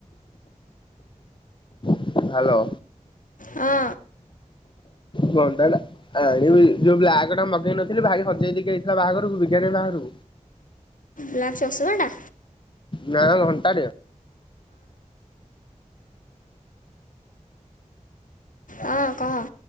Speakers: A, on the left; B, on the left.
A: ହ୍ୟାଲୋ।
B: ହଁ
A: ଘଣ୍ଟା ଟା ଆଣିବି। ଯୋଉ ବ୍ଲାକଟା ମ ଦେଇ ନଥିଲି। ଭାଇ ହଜେଇ ଦେଇକି ଆଇଥିଲା ବାହାଘରୁକୁ। ବିଜ୍ଞାନୀ ବାହାରୁ
B: ବ୍ଲାକ ଚଷମା ଟା।
A: ନା ଘଣ୍ଟାଟେ ଆ
B: ହଁ କହ